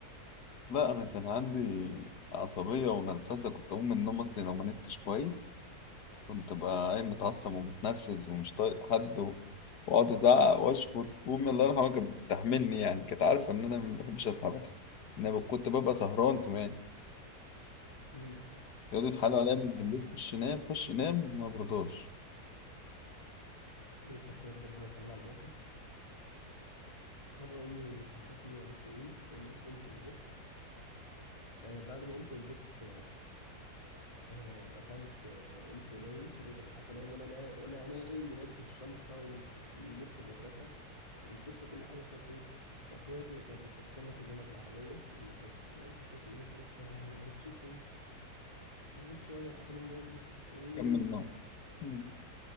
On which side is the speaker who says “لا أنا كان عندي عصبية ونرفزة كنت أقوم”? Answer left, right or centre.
Left